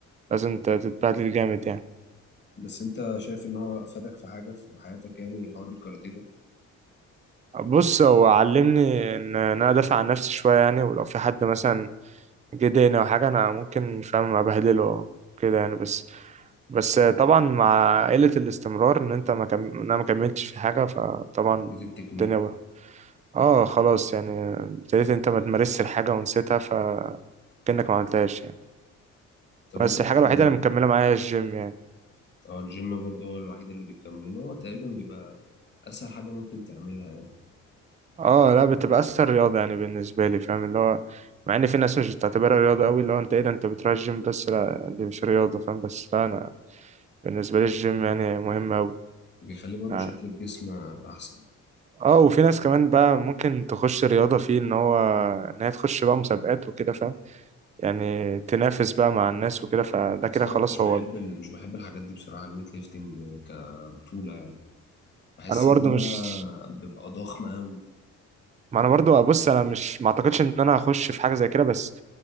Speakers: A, on the right; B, on the left.
A: لازم تتبهدل جامد يعني
B: بس انت شايف ان هو افادك في حاجه في حياتك يعني حوار الكاراتيه ده
A: بص هو علمني ان انا ادافع عن نفسي شويه يعني ولو في حد مثلا جه ضايقني او حاجه انا ممكن فاهم ابهدله أو كده يعني بس بس طبعا مع قله الاستمرار ان انت ما كم... إن انا ما كملتش في حاجه فطبعا
B: في التكنيك
A: الدنيا بقى. اه خلاص يعني ابتديت انت ما تمارسش الحاجه ونسيتها فكأنك ما عملتهاش يعني
B: طب
A: بس
B: انت
A: الحاجه الوحيده
B: ب-
A: اللي مكمله معايا الجيم يعني
B: اه الجيم برضه هو الوحيد اللي بيكمل لان هو تقريبا بيبقى اسهل حاجه ممكن تعملها يعني.
A: اه لا بتبقى اسهل رياضه يعني بالنسبه لي فاهم اللي هو مع ان في ناس مش بتعتبرها رياضه قوي اللي هو انت ايه ده انت بتروح الجيم بس لا دي مش رياضه فاهم بس لا انا بالنسبه لي الجيم يعني مهم قوي
B: بيخليه برضه
A: اه
B: شكل الجسم احسن
A: آه، وفي ناس كمان بقى ممكن تخش رياضه فيه ان هو ان هي تخش بقى مسابقات وكده فاهم يعني تنافس بقى مع الناس وكده فده كده
B: بس انا
A: خلاص
B: مش
A: هو
B: بحب ال... مش بحب الحاجات دي بصراحه الويت ليفتنج كبطوله يعني بحس
A: انا برضو
B: ان انا
A: مش
B: ببقى ضخم قوي
A: ما انا برضو بص انا مش ما اعتقدش ان انا هخش في حاجه زي كده بس